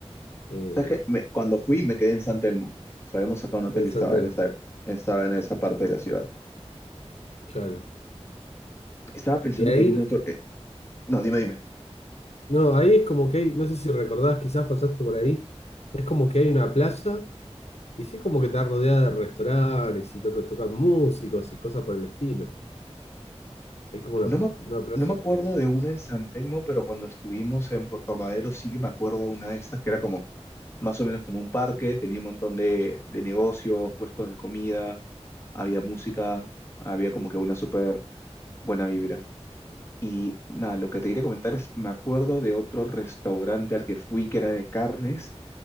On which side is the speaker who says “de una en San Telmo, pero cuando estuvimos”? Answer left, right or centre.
Left